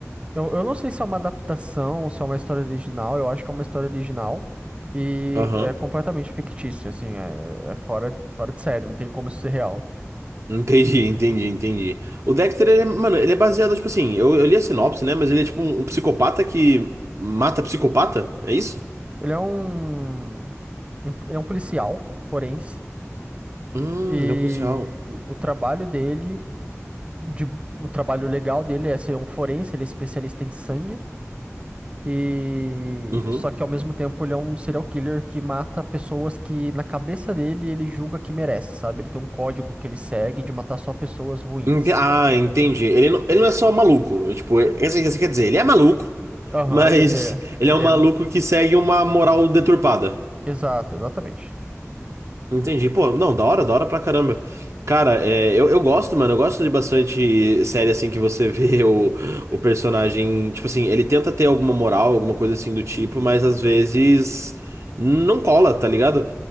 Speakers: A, on the right; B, on the right.
A: Eu, eu não sei se é uma adaptação ou se é uma história original, eu acho que é uma história original. E
B: Aham.
A: é completamente fictício, assim, é, é fora, fora de série, não tem como isso ser real.
B: Entendi, <laughs> entendi, entendi. O Dexter, ele é, mano, ele é baseado, tipo assim, eu, eu li a sinopse, né? Mas ele é tipo um um psicopata que mata psicopata, é isso?
A: Ele é um. um- ele é um policial forense
B: Hum,
A: e
B: ele é um policial.
A: o trabalho dele, de- o trabalho legal dele é ser um forense, ele é especialista em sangue e
B: Uhum.
A: só que ao mesmo tempo ele é um serial killer que mata pessoas que na cabeça dele ele julga que merece, sabe? Ele tem um código que ele segue de matar só pessoas ruins.
B: Ente- ah, entendi. Ele não, ele não é só maluco. é Tipo, esse, esse quer dizer, ele é maluco, <laughs>
A: Aham,
B: mas
A: ele é,
B: ele é
A: ele
B: um maluco
A: é,
B: que segue uma moral deturpada.
A: exato, exatamente.
B: Entendi. Pô, não, da hora, da hora pra caramba. Cara, é, eu, eu gosto, mano, eu gosto de bastante série assim que você <laughs> vê o, o personagem. Tipo assim, ele tenta ter alguma moral, alguma coisa assim do tipo, mas às vezes não cola, tá ligado?